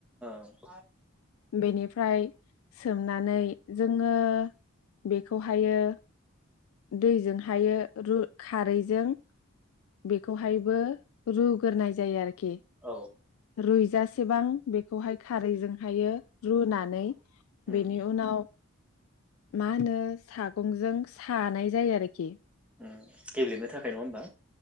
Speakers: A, in the centre; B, on the left (about 70°).
A: औ ओं ओ
B: बेनिफ्राय सोमनानै जोङो बेखौहायो दैजोंहायो रु खारैजों बेखौहायबो रुग्रोनाय जायो आरखि
A: औ
B: रुइजासेबां बेखौहाय खारैजोंहायो रुनानै
A: उम
B: बेनि उनाव मा होनो सागंजों सानाय जायो आरखि।
A: उम गेब्लेनो थाखाय नङा होमबा।